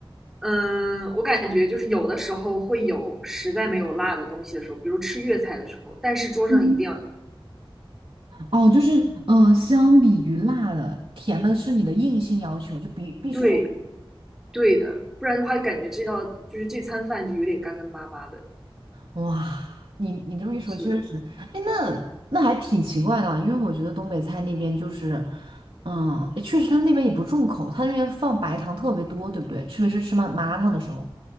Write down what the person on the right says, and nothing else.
嗯哦，就是嗯、呃相比于辣的，甜的是你的硬性要求，就必必须要。
哇，你你这么一说，
确实，哎，那那还挺奇怪的啊因为我觉得东北菜那边就是，嗯，也确实他那边也不重口，他那边放白糖特别多，对不对？特别是吃麻麻辣烫的时候